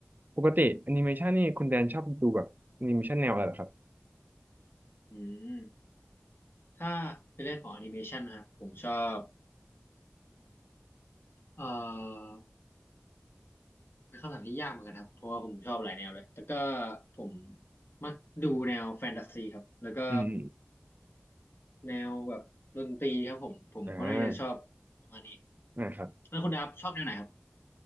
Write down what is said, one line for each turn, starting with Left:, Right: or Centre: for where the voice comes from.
Right: ปกติแอนิเมชันนี่คุณแดนชอบดูแบบแอนิเมชันแนวอะไรเหรอครับ
Left: อืมถ้าเป็นเรื่องของแอนิเมชันนะครับผมชอบเอ่อเป็นคำถามที่ยากเหมือนกันครับเพราะว่าผมชอบหลายแนวเลยแต่ก็ผมมักดูแนวแฟนตาซีครับแล้วก็
Right: อืม
Left: แนวแบบดนตรีครับผมผมค่อนข้างที่จะชอบประมาณนี้
Right: อ่านะครับ
Left: แล้วคุณดาฟชอบแนวไหนครับ